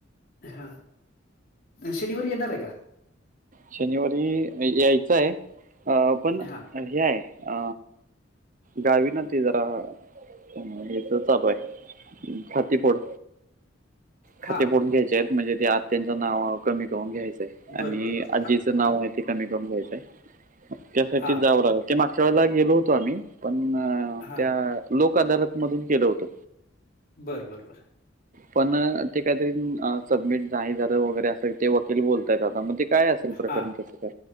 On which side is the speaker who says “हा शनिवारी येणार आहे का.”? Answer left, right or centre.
Left